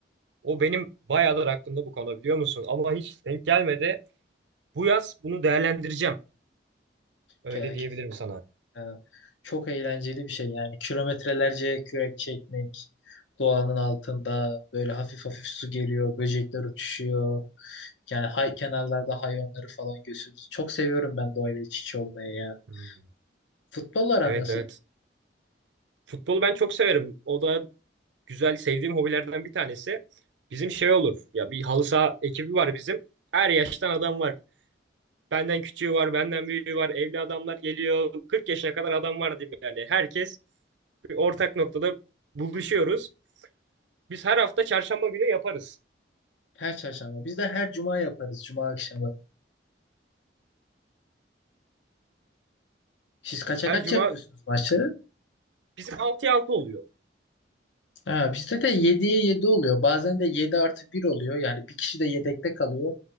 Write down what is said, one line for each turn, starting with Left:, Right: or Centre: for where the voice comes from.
Right: O benim bayağıdır aklımda bu konu biliyor musun? Ama hiç denk gelmedi. Bu yaz bunu değerlendireceğim. Öyle
Left: Ke-
Right: diyebilirim
Left: Kesinlikle.
Right: sana.
Left: Ee, Çok eğlenceli bir şey yani. Kilometrelerce kürek çekmek, doğanın altında böyle hafif hafif su geliyor, böcekler uçuşuyor. Yani hay kenarlarda hayvanları falan görüyorsunuz. Çok seviyorum ben doğayla iç içe olmayı ya.
Right: Hı.
Left: Futbol aran
Right: Evet
Left: nasıl?
Right: evet. Futbolu ben çok severim. O da güzel sevdiğim hobilerden bir tanesi. Bizim şey olur. Ya bir halı saha ekibi var bizim. Her yaştan adam var. Benden küçüğü var, benden büyüğü var. Evli adamlar geliyor. 40 yaşına kadar adam var diyeyim yani. Herkes bir ortak noktada buluşuyoruz. Biz her hafta çarşamba günü yaparız.
Left: Her çarşamba. Biz de her cuma yaparız, cuma akşamı. Siz kaça
Right: Her
Left: kaç
Right: cuma
Left: yapıyorsunuz maçları?
Right: bizim 6'ya altı oluyor.
Left: Ha, bizde de yediye 7 oluyor. Bazen de 7 artı bir oluyor. Yani bir kişi de yedekte kalıyor.